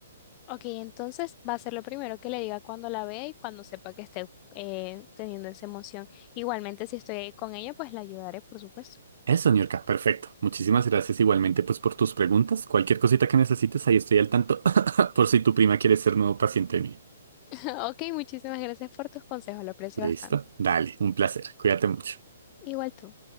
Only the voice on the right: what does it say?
Eso, Niurka, perfecto. Muchísimas gracias igualmente pues por tus preguntas. Cualquier cosita que necesites, ahí estoy al tanto <laughs> por si tu prima quiere ser nuevo paciente mío.
¿Listo?
Dale, un placer. Cuídate mucho.